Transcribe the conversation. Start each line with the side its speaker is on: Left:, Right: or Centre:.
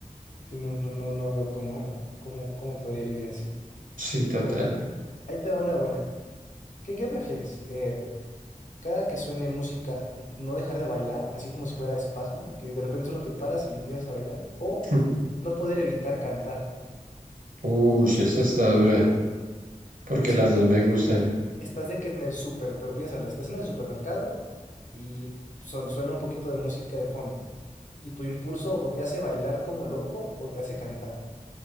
Left: Sí, no, no, no, no veo cómo, cómo, cómo podría vivir así.
Right: sí, total.
Left: Bueno, ahí te va una buena. ¿Qué, qué prefieres? Eh, cada que suene música, n- no dejar de bailar, así como si fuera espasmo, que de repente solo te paras y empiezas a bailar, o
Right: <laughs>
Left: no poder evitar cantar.
Right: Uy, esa está dura, porque
Left: Así
Right: las
Left: de que
Right: dos
Left: estás,
Right: me gustan.
Left: estás de que en el súper, pero piénsalo, estás en el supermercado y son- suena un poquito de música de fondo. Y tu impulso o te hace bailar como loco o te hace cantar.